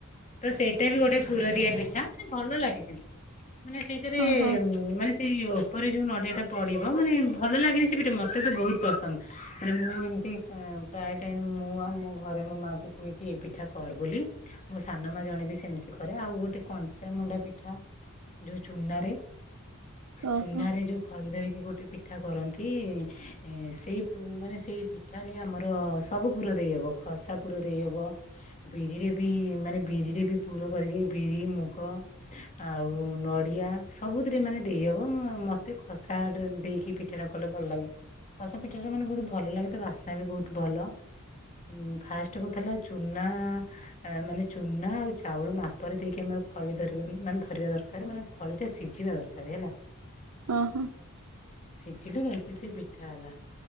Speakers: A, on the left; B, on the right.
A: ତ ସେଇଟା ବି ଗୋଟେ ପୁରଦିଆ ପିଠା ମାନେ ଭଲ ଲାଗେ କିନ୍ ମାନେ ସେଇଟାରେ
B: ଓହୋ
A: ଉଁ ମାନେ ଏଇ ଓପରେ ଯୋଉ ନଡ଼ିଆ ଟା ପଡିବ ମାନେ ଭଲ ଲାଗେନି ସେ ପିଠା ମତେ ତ ବହୁତ ପସନ୍ଦ। ମାନେ ମୁଁ ଏମିତି କା ପ୍ରାୟ ଟାଇମ୍ ମୁଁ ଆଉ ମୋ ଘରେ ମୋ ମା କୁ କୁହେ କି ପିଠା କର ବୋଲି ମୁଁ ସା ନ ମା ଜଣେ ବି ସେମିତି କରେ ଆଉ ଗୋଟେ କଞ୍ଚାମଣ୍ଡା ପିଠା ଯୋଉ ଚୁନାରେ।
B: ଓହୋ
A: ଚୁନାରେ ଯୋଉ ଖଳି ଧରିକି ଗୋଟେ ପିଠା କରନ୍ତି ଏ ସେଇ ଉଁ ମାନେ ସେଇ ପି ଠାରେ ଆମର ସବୁ ପୁର ଦେଇହବ ଖସା ପୁର ଦେଇହବ ବିରିରେ ବି ମାନେ ବିରିରେ ବି ପୁର କରିକି ବିରି, ମୁଗ। ଆଉ ନଡିଆ ସବୁଥିରେ ମାନେ ଦେଇହବ ମ୍ ମତେ ଖସାରେ ଦେଇକି ପି ଠା ଟା କଲେ ଭଲ ଲାଗେ ଖସା ପିଠାଟା ମାନେ ବହୁତ ଭଲ ଲାଗେ ତା ବାସ୍ନା ବି ବହୁତ ଭଲ। ଉଁ ଫାର୍ଷ୍ଟ କଥା ହେଲା ଚୁନା ଆ ମାନେ ଚୁନା ଆଉ ଚାଉଳ ମାପରେ ଦେଇକି ଆମର ଖଳି ଧରିବା ମାନେ ଧରିବା ଦରକାର ମାନେ ଖଳିଟା ସିଝିବା ଦରକାର ହେଲା।
B: ଓ ହୋ।
A: ସିଝିଲେ ଯାଇକି ସେ ପିଠା ହେଲା।